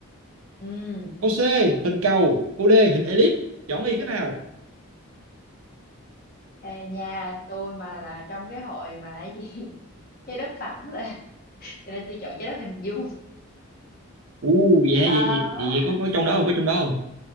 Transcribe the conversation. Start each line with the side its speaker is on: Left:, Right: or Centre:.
Left: ừ
Right: câu C hình cầu câu D hình elip chọn đi cái nào
Left: ê nha tôi mà là trong cái hội mà cái gì trái đất phẳng là <laughs> cho nên tôi chọn trái đất hình vuông
Right: u dạ vậy
Left: Ờ,
Right: vậy vậy vậy có có trong đó không có trong đó không